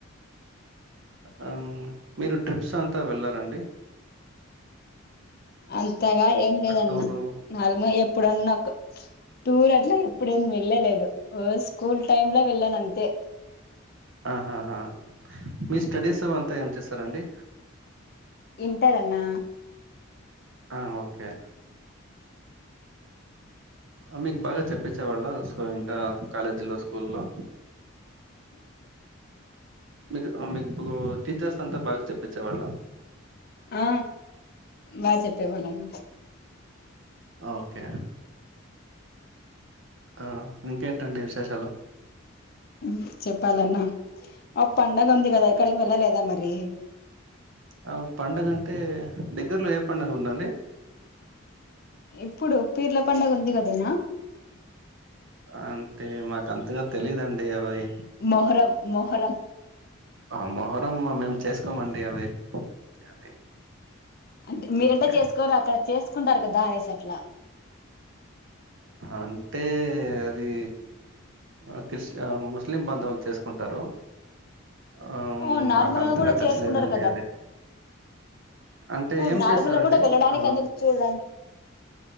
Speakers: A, on the right; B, on the left.
A: ఆ మీరు ట్రిప్స్ అంతా వెళ్లారా అండి
B: అంతగా ఏం లేదన్న
A: టూరు
B: <unintelligible> ఎప్పుడన్న ఒక టూర్ అట్ల ఎప్పుడేం వెళ్ళలేదు ఓ స్కూల్ టైమ్లో వెళ్ళానంతె
A: ఆహాహా మీ స్టడీస్ అంత ఏం చేస్తారండి
B: ఇంటర్ అన్నా
A: ఆ ఓకే మీకు బాగా చెప్పిచ్చే వాళ్ళా ఇంటర్ కాలేజీల్లో స్కూల్లో మీకు అ మీకు టీచర్స్ అంతా బాగా చెప్పిచేవాళ్ళ
B: ఆ బా చెప్పే వాళ్ళన్న
A: ఓకే ఆ మింకేంటండి విశేషాలు
B: ఉం చెప్పాలన్నా ఆ పండగుంది గదా ఎక్కడికి వెళ్ళలేదా మరి
A: అ పండగంటే దగ్గరలో ఏ పండగుండండి
B: ఇప్పుడు పీర్ల పండగుంది గదన్న
A: అంతే మాక్ అంతగా తెలీదండి అవయ్
B: మొహరం మొహరం
A: అ మొహరం మ మేమ్ చేస్కోమండి అవి అది.
B: అంట్ మీరంటే
A: ఓకే
B: చేస్కోరు అక్కడ చేస్కుంటారు గదా ఆనేసట్లా
A: అంటే అది అ క్రిస్ అ ముస్లిం బంధవల్ చేస్కున్ టరు అ
B: ఓ నార్మల్గా
A: మాక్ అంతగా
B: కూడా
A: టచ్
B: చేసుకుంటారు
A: లేదండి అది అంటే
B: ఒ
A: ఏం
B: నార్మల్
A: చేస్తారండి
B: గూడా వెళ్ళడానిక్
A: ఆ
B: ఎందుకు చూడడన్